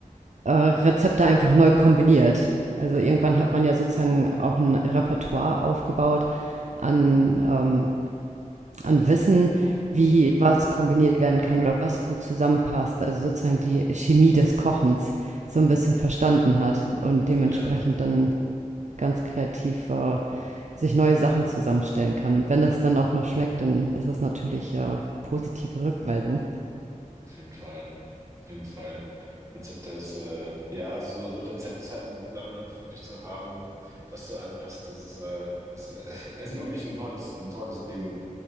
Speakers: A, on the right (about 60°); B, on the right (about 20°).
A: äh, Rezepte einfach neu kombiniert. Also irgendwann hat man ja sozusagen auch ein Repertoire aufgebaut an, ähm, an Wissen, wie was kombiniert werden kann oder was gut zusammenpasst. Also sozusagen die Chemie des Kochens so ein bisschen verstanden hat und dementsprechend
B: ja.
A: dann ganz kreativ äh, sich neue Sachen zusammenstellen kann. Und wenn das dann auch noch schmeckt, dann ist das natürlich äh, positive Rückmeldung.
B: Auf jeden Fall. Auf jeden Fall. Rezepte ist, äh, ja, so Rezeptsammlung wirklich zu haben, das zu einem passt, das ist, äh, ist, <laughs> ist wirklich ein tolles, ein tolles Ding.